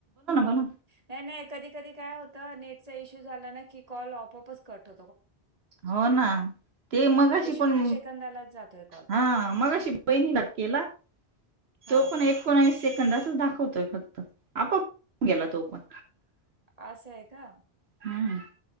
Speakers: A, on the right (about 70°); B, on the right (about 35°).
A: बोला.
B: नाही नाही कधी कधी काय होत नेटचा इश्यू झाला ना की कॉल ऑप ऑपच कट होत
A: हो ना ते मगशी
B: मग
A: पण
B: सेकंदालाच जातोय कॉल.
A: हा मगशी बा केला
B: हां,
A: तो पण सेकंदच दाखवतोय फक्त आपोआप गेला तो पण
B: असं आहे का?
A: हम्म